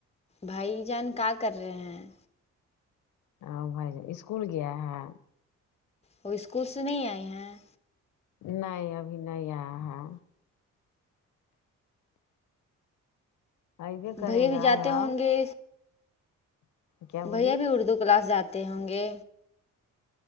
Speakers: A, on the left; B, on the left.
A: بھائی جان کیا کر رہے ہیں
B: ا بھائی اسکول گیا ہے
A: وہ اسکول سے نہیں آئے ہیں
B: نہیں ابھی نہیں آیا ہے ابھی کرے
A: بھیا بھی
B: گا
A: جاتے
B: یا
A: ہوں گے
B: کیا بولی
A: بھیا بھی اردو کلاس جاتے ہوں گے